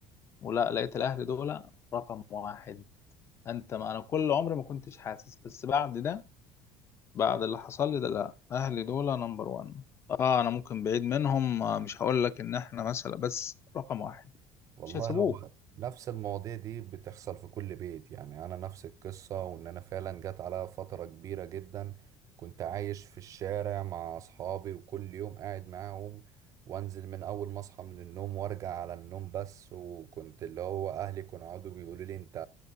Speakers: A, on the left; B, on the right.
A: ولا لقيت الاهل دول رقم واحد انت ما انا كل عمري ما كنتش حاسس بس بعد ده بعد اللي حصل لي ده لا اهلي دول نمبر وان اه انا ممكن بعيد منهم آه، مش هقول لك ان احنا مثلا بس رقم واحد
B: والله
A: مش هيسيبوك
B: هو نفس المواضيع دي بتحصل في كل بيت يعني انا نفس القصة وان انا فعلا جت عليا فترة كبيرة جدا كنت عايش في الشارع مع اصحابي وكل يوم قاعد معاهم وانزل من اول ما اصحى من النوم وارجع على النوم بس وكنت اللي هو اهلي كانوا يقعدوا بيقولوا لي انت